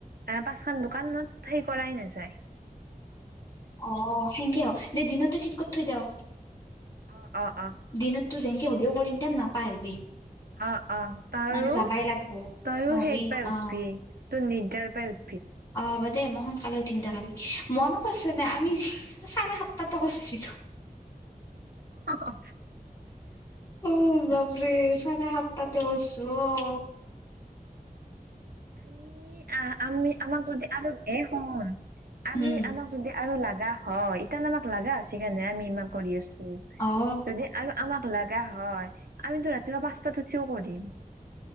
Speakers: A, on the right; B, on the left.
A: পাচ খান দোকানত সেই কৰাই নাই যায়।
B: অ সেনকে হ দে দিনতে ঠিক কইৰ থৈ দেও।
A: অ অ অ
B: দিনতটো যেনেকে হ'লেও কৰিম দেম নাপাহৰবি।
A: অ অ তইও
B: মানে যাবাই লাগব
A: তইও
B: নহ'লে
A: সেইত পাই উঠবি
B: অ
A: তই নিপদাৰ পাই সুইধবি।
B: অ। দেই মই সোনকালে উঠিম দে কালি মনত আছে নে আমি চাৰে সাতটাতো কৰিছিলো।
A: অহ।
B: অ বাপৰে চাৰে সাতাতে কৰছো অ।
A: আমি আহ আমি আমাক যদি আৰু এ শুন আমি
B: উম
A: আমাক যদি আৰু লাগা হয় ইতান আমাক লাগা হৈছি কাৰণে আমি ইমান কৰি আছো
B: অ
A: যদি আৰু আমাক লগা হয় আমিতো ৰাতিপুৱা পাঁচটাত উঠিও কৰিম।